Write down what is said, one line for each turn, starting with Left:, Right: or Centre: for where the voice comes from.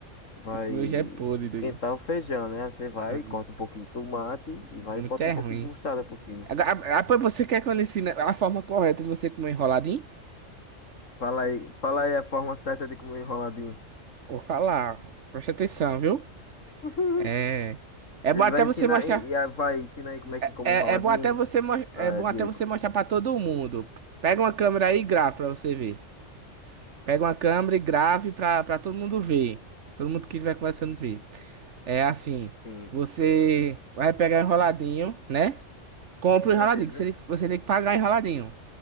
Left: vai
Right: Esse meu já é podre,
Left: esquentar
Right: doido.
Left: o feijão, né? Aí Você vai,
Right: Ah,
Left: corta um pouquinho de tomate e vai
Right: Muito
Left: e bota
Right: é
Left: um pouquinho
Right: ruim.
Left: de mostarda por cima.
Right: Agora, ah, pô, você quer que eu lhe ensine a forma correta de você comer enroladinho?
Left: Fala aí, fala aí a forma certa de comer enroladinho.
Right: Vou falar. ó. Preste atenção, viu?
Left: <laughs>
Right: É. É
Left: Ele
Right: bom até
Left: vai
Right: você
Left: ensinar,
Right: mostrar.
Left: e, e a- vai ensinar aí como é que
Right: É,
Left: come enroladinho,
Right: é bom até você mo- é
Left: ah,
Right: bom
Left: Diego.
Right: até você mostrar pra todo mundo. Pega uma câmera aí e grave pra você ver. Pega uma câmera e grave pra, pra todo mundo ver. Todo mundo que estiver conversando ver. É assim.
Left: Sim,
Right: Você vai pegar enroladinho, né? Compra
Left: com certeza.
Right: o enroladinho, que você tem que você tem que pagar enroladinho.